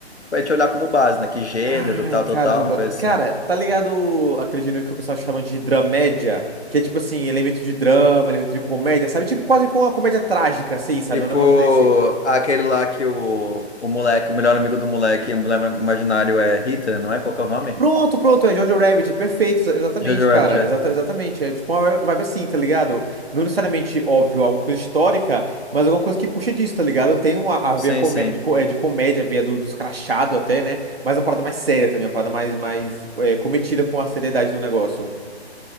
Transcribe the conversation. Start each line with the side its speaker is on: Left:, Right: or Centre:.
Left: pra gente olhar como base, né? Que gênero,
Right: Ai,
Left: tal,
Right: caramba.
Left: tal, tal, uma coisa
Right: Cara,
Left: assim.
Right: tá ligado aquele gênero que o pessoal chama de dramédia? Que é tipo assim, elemento de drama, elemento de comédia, sabe? Tipo quase com uma comédia trágica, assim, sabe?
Left: Tipo,
Right: Um negócio desse.
Left: aquele lá que o, o moleque, o melhor amigo do moleque, o moleque imaginário é Rita, não é? Qual que é o nome?
Right: Pronto, pronto, é Jojo Rabbit. Perfeito, exa- exatamente,
Left: Jojo
Right: cara.
Left: Rabbit, é.
Right: Exata, exatamente. É tipo uma vibe assim, tá ligado? Não necessariamente, óbvio, alguma coisa histórica, mas alguma coisa que puxa disso, tá ligado? Tem uma, a
Left: Sim,
Right: veia comé-
Left: sim.
Right: de, co- é, de comédia, a veia do, dos crachados até, né? Mas é uma parada mais séria também, uma parada mais, mais é, cometida com a seriedade do negócio.